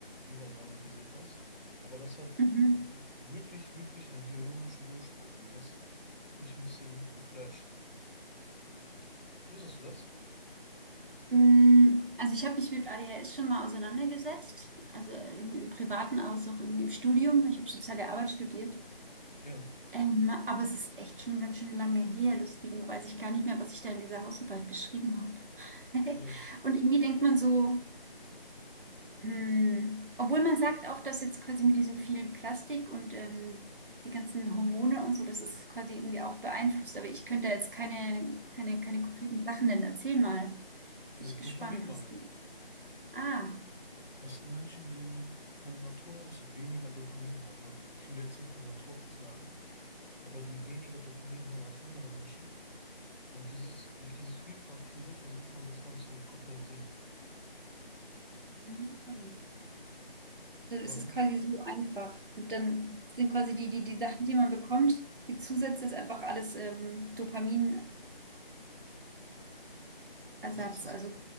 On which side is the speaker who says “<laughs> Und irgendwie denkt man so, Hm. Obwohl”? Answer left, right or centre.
Right